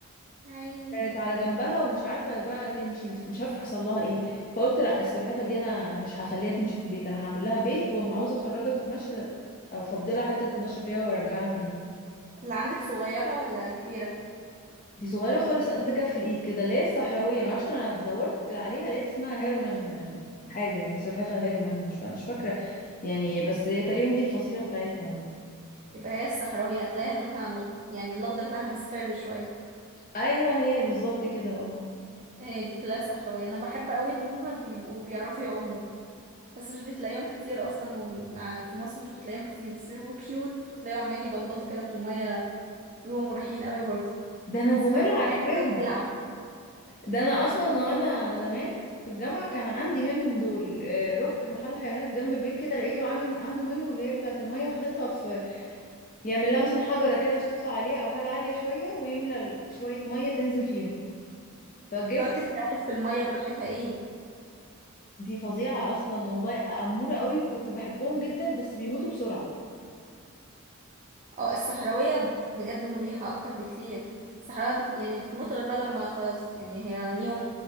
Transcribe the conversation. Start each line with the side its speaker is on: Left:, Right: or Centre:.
Right: يا عيني
Left: كانت على جنبها ومش عارفة بقى تمشي متف- مش عارفة حصل لها ايه فقلت لا السلحفة دي انا مش هخليها تمشي في البيت انا هعمل لها بيت واما عاوزة اخرجها تتمشى او افضلها حتة تتمشى فيها وارجعها تاني
Right: اللي عندك صغيره ولا كبيره
Left: دي صغيرة خالص قد كف الايد كده اللي هي الصحراوية معرفش انا دورت عليها لقيت اسمها هيرمان آه، حاجة يعني سلحفة هيرمان مش فا... مش فاكرة يعني بس هي تقريبا دي الفصيلة بتاعتها يعني
Right: يبقى هي الصحراوي هتلاقيها لونها مغد... يعني الاخضر بتاعها مصفر شويه
Left: ايوه هي بالظبط كده اه
Right: هي دي تلاقيها صحراويه انا بحب قوي اللي هما بيبقوا بيعرفوا يعوموا بس مش بتلاقيهم كتير اصلا وم- ع- في مصر مش بتلاقيهم كتير بس بيبقوا كيوت وتلاقيهم عمالين يبلبطوا كده في الميه بيبقوا مريحين قوي برضه
Left: ده انا جمال
Right: تسيبها في الميه
Left: عارفاهم
Right: كده وتلعب
Left: ده انا اصلا وانا زمان في الجامعه كان عندي منهم دول آه، رحت محل حيوانات جنب البيت كده لقيته عامل عنده منهم اللي هي بتاعه الميه وحاططها في يعمل لها مثلا حجره كده عشان تطلع عليها او حاجه عاليه شويه ويملى ال- شويه ميه تنزل فيهم فجبت
Right: تقعد تتكلم في المية براحتها ايه
Left: دي فظيعه اصلا والله اموره قوي وكنت بحبهم جدا بس بيموتوا بسرعه
Right: اه الصحراوية بجد مريحة اكتر بكتير الصحراوية بت... يعني بتموت غير بقى لما خلاص يعني هي ليهم